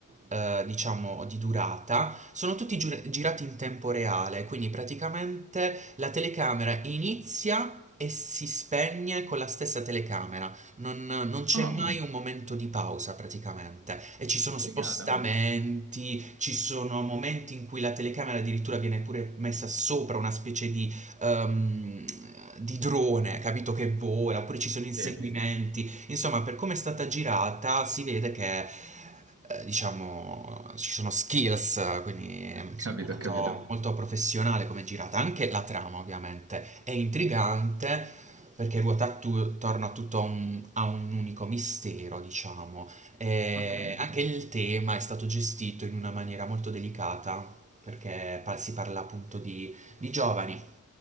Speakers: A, on the right; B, on the right.
A: eh, diciamo di durata, sono tutti giur- girati in tempo reale, quindi praticamente la telecamera inizia e si spegne con la stessa telecamera, non, non c'è
B: Ah,
A: mai un momento di pausa praticamente e ci sono
B: che
A: spostamenti,
B: figata.
A: ci sono momenti in cui la telecamera addirittura viene pure messa sopra una specie di, ehm, di drone, capito che vola, oppure ci sono inseguimenti,
B: Sì,
A: Insomma, per come è stata girata, si vede che, eh, diciamo, ci sono skills, quindi è
B: capito,
A: molto,
B: capito.
A: molto professionale come è girata. Anche la trama, ovviamente, è intrigante perché ruota attu- attorno a tutto un- a un unico mistero, diciamo. E
B: Ok.
A: anche il tema è stato gestito in una maniera molto delicata, perché pa- si parla appunto di, di giovani,